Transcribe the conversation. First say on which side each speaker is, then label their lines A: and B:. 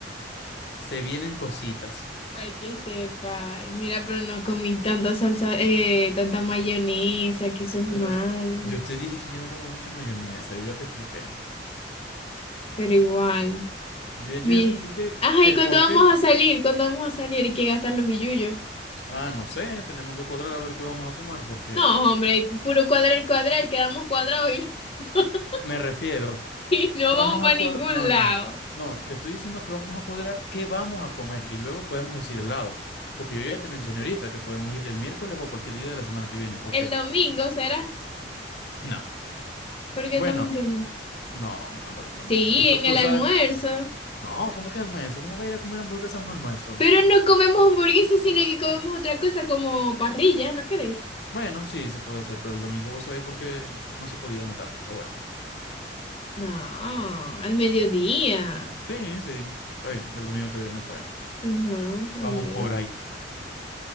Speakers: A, on the left (about 70°); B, on the left (about 35°).
A: Se vienen cositas.
B: Ay, que sepa. Ay, Mira, pero no comí tanta salsa, eh, tanta mayonesa, que eso es
A: Pero
B: malo.
A: yo te dije que yo no como mucha mayonesa, yo ya te expliqué.
B: Pero igual.
A: Yo, yo
B: Mi...
A: ya te expliqué
B: Ajá,
A: el
B: ¿y cuándo
A: por
B: vamos
A: qué.
B: a salir? ¿Cuándo vamos a salir? Hay que gastar los billullos.
A: Ah, no sé, tenemos que cuadrar a ver qué vamos a comer, porque
B: No, hombre, puro cuadrar, cuadrar, quedamos cuadrados y no, <laughs>
A: me refiero,
B: y no
A: vamos
B: vamos para
A: a cuadrar,
B: ningún
A: no,
B: lado.
A: no, no, te estoy diciendo que vamos a cuadrar qué vamos a comer y luego podemos decir helado, porque yo ya te mencioné ahorita que podemos ir el miércoles o cualquier día de la semana que viene, porque
B: El domingo será.
A: no,
B: ¿Por qué
A: bueno,
B: el domingo no?
A: no, no, el domingo
B: Sí,
A: no. Tú, sa-
B: en
A: tú
B: el
A: sabes,
B: almuerzo.
A: no, ¿cómo que almuerzo? ¿Cómo va a ir a comer hamburguesa a un almuerzo?
B: Pero no comemos hamburguesas, sino que comemos otra cosa como parrilla, ¿no queréis?
A: Bueno, sí, se puede hacer, pero el domingo vos sabéis por qué no se podía en la tarde. Pero bueno,
B: No, al mediodía.
A: sí, sí, está bien. El domingo que viene está bien.
B: Ajá, al
A: Vamos
B: mediodía.
A: por ahí.